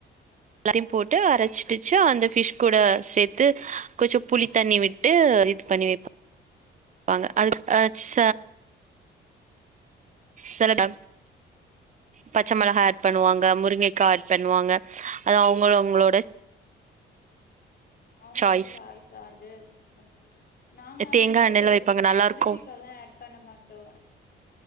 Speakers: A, on the right; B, on the left.
A: எல்லாருயும் போட்டு அரச்சிடுச்சு அந்த ஃபிஷ் கூட சேத்து கொஞ்சோபுளி தண்ணி விட்டு இது பண்ணி வெ பாங்க அது அ ச செலடா பச்சை மிளகா ஆட் பண்ணுவாங்க முருங்ககா ஆட் பண்ணுவாங்க அது அவுங்க அவுங்களோட
B: அவங்களோட
A: சாய்ஸ்
B: சாய்ஸா அது ஓகே நாங்க வந்துட்டு
A: தேங்கா எண்ணெய்ல வைப்பாங்க நல்லா
B: முருங்கைகா
A: இருக்கும்
B: எல்லா ஆட் பண்ண மாட்டோ